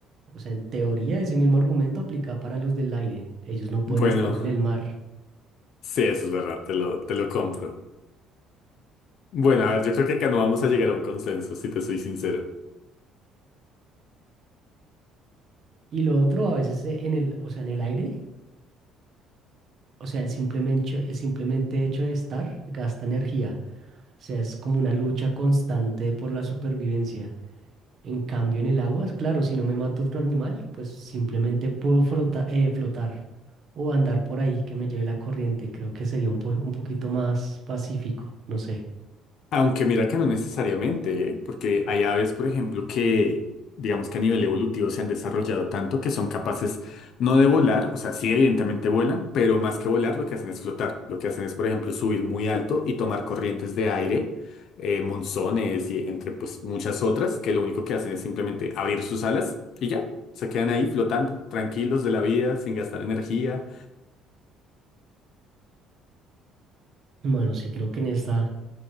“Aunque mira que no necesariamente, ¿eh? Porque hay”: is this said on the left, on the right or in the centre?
Left